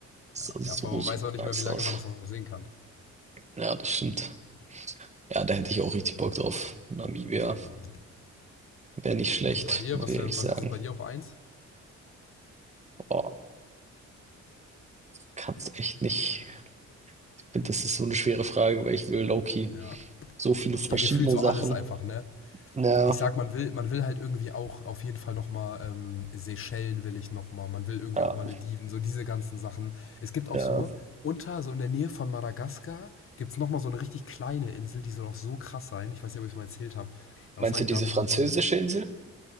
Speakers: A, on the right; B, on the left.
A: das
B: Ja,
A: sah so,
B: ja, vor allem
A: so
B: man weiß auch nicht
A: nice
B: mehr, wie lange
A: aus.
B: man das noch sehen kann.
A: Ja, das stimmt. Ja, da hätte ich auch richtig Bock drauf. Namibia
B: Mhm.
A: wäre nicht schlecht,
B: Und bei dir,
A: muss
B: was,
A: ich ehrlich
B: wär-
A: sagen.
B: was ist bei dir auf eins?
A: Boah, kann's echt nicht. Ich finde, das ist so eine schwere Frage, weil ich will Loki
B: Ja.
A: so viele verschiedene
B: Ja, gefühlt so
A: Sachen.
B: alles einfach, ne?
A: Na,
B: ich sag, man will, man will halt irgendwie auch auf jeden Fall nochmal ähm, Seychellen will ich nochmal, man will irgendwie
A: ja,
B: auch Malediven, so diese ganzen Sachen. Es gibt auch
A: ja.
B: so, unter, so in der Nähe von Madagaskar, gibt's noch nochmal so eine richtig kleine Insel, die soll auch so krass sein. Ich weiß nicht, ob ich es mal erzählt habe.
A: Meinst
B: Außer
A: du
B: ich,
A: diese
B: da habe
A: französische
B: ich mal so ein.
A: Insel?